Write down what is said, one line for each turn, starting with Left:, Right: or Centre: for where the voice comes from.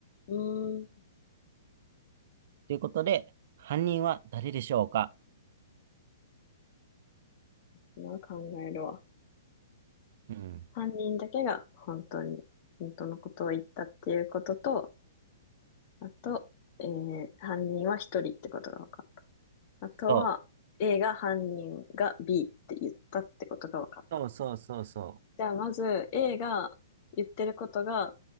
Left: うーん。
Right: ということで、犯人は誰でしょうか
Left: 今考えるわ。
Right: うん。
Left: 犯人だけが本当に、本当のことを言ったっていうことと、あと、えー、犯人は一人ってことが分かった。あとは
Right: そう。
Left: A が犯人が B って言ったってことが分かった。
Right: そうそうそうそ
Left: じゃあまず A が言ってることが